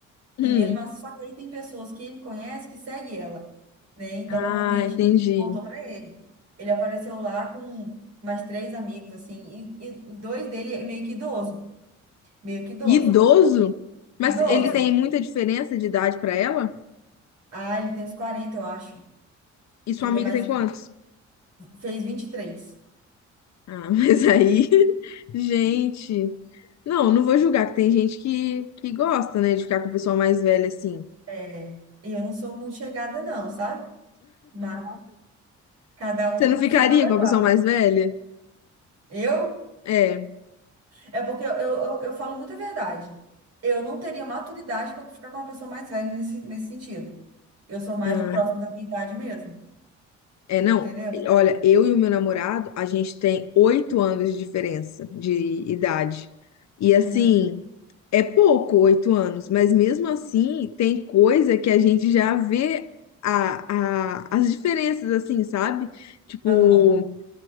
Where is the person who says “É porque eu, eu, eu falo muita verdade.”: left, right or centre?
Right